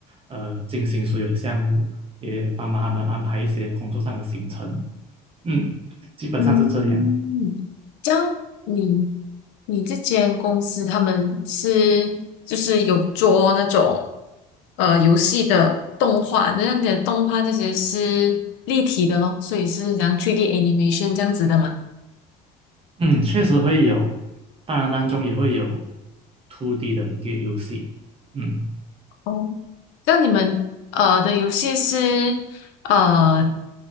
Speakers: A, on the right; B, on the left.
A: 呃进行所有的项目，也帮忙他们安排一些工作上的行程。嗯，基本上是这样。
B: 嗯，这样你你这间公司他们是就是有做那种呃游戏的动画，那你的动画这些是立体的咯，所以是像去 d animation 这样子的嘛？
A: 嗯，确实会有，当然当中也会有 two d 的 g a T E 游戏。嗯
B: 哦，那你们呃的游戏是呃